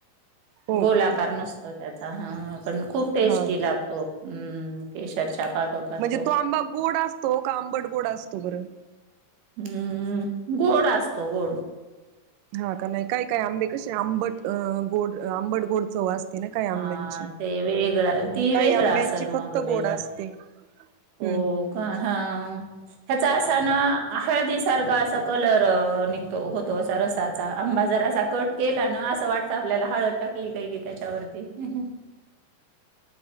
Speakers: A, on the right; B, on the right.
A: हो
B: गोलाकार
A: का
B: नसतो त्याचा हा पण खूप टेस्टी
A: हा
B: लागतो अम.. केशराच्या... पाठो पाटो
A: म्हणजे तो आंबा गोड असतो का आंबट गोड असतो बरं
B: हम्म.... गोड असतो गोड...
A: हा का नाही काय काय आंबे कसे आंबटं गोड आंबट गोड चव असत... ना काही आंब्यांची
B: हा ते वेगळा
A: आणि
B: ती
A: काही
B: वेगळा
A: आंब्यांची
B: असेल
A: फक्त
B: मग
A: घोड
B: वेगळा
A: असते हम्म
B: हो
A: हम्म हम्म
B: का हा ह्याचा असा ना आखळदी सारखा असा कलर निघतो होतो असा रसाचा आंबा जर असा कट केला ना असं वाटतं आपल्याला हळद टकली काय की त्याच्यावरती ते हम ह